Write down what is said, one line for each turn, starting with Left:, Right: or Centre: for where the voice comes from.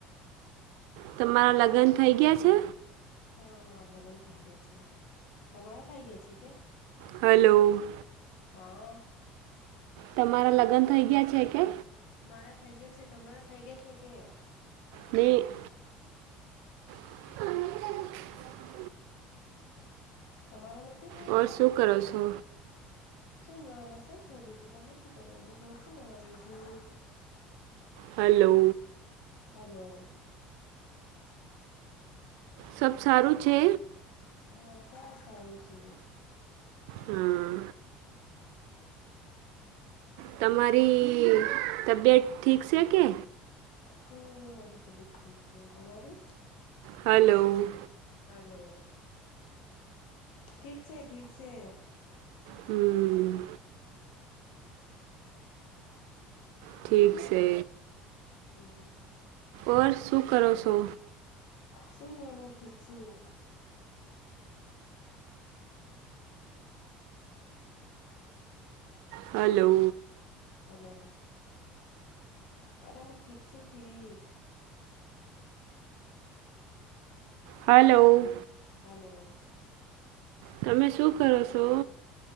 Right: તમારા લગન થઇ ગયાં છે?
Left: હા મારા લગન થઇ ગયા છે. તમારા થઇ ગયા છે કે?
Right: હલો.
Left: હા
Right: તમારા લગન થઇ ગયા છે કે?
Left: મારા થઈ ગયા છે તમારા થઇ ગયા છે કે?
Right: બેને <inaudible> હ <inaudible>
Left: તમારા <inaudible>
Right: ઓર શું
Left: છે
Right: કરો છો?
Left: શું ન લસણ છોલું છું તમે શું કરો? રોટલી બનાવું છું.
Right: હાલો.
Left: હાલો.
Right: સબ સારું છે?
Left: હા સાદ સારું છે.
Right: હા તમારી તબિયત ઠીક છે કે?
Left: હમ મારી તબિયત ઠીક છે તમારી?
Right: હાલો.
Left: હેલો ઠીક છે ઠીક છે.
Right: હમ. ઠીક છે.
Left: હમ
Right: ઓર શું કરો શો?
Left: શું <unintelligible> ઠીક છું.
Right: હાલો.
Left: હલો અરે મું ઠીક છું ઠીક.
Right: હાલો.
Left: હાલો.
Right: તમે શું કરો શો?